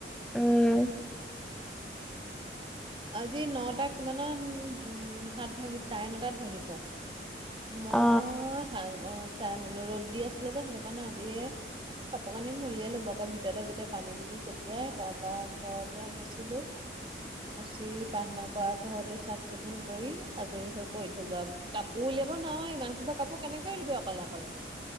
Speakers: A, in the centre; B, on the right.
A: উম
B: আজি নটা কিমানত উ হাত ভাগি চাৰে নটাত ভাগিছে। মই
A: অ
B: ৰ'দ দি আছিলে যে সেইটো কাৰণে আজিয়ে কাপোৰ কানি উলিয়ালো বৰক ভিতৰতে গোটেই পানী দিলি চতিয়াই তাৰপৰা ঘৰ দুৱাৰ মচিলো
A: <inaudible>
B: যি প্ৰাৰ্থনা কৰা। ঘৰতো চাফ চিকুণ কৰি আজৰি হৈ পৰি থলো আৰু কাপোৰ উলিয়াব নোৱাৰ ইমানহোপা কাপোৰ কেনেকে উল অকলে অকলে